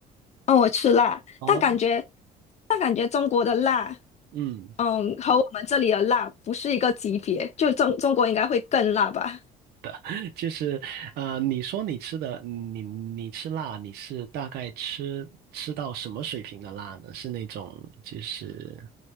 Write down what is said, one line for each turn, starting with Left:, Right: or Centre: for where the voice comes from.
Left: 嗯，我吃辣，
Right: 哦，
Left: 但感觉但感觉中国的辣，
Right: 嗯，
Left: 嗯，和我们这里的辣不是一个级别，就中中国应该会更辣吧？
Right: <laughs> 就是呃，你说你吃的，你你吃辣，你是大概吃吃到什么水平的辣呢？是那种就是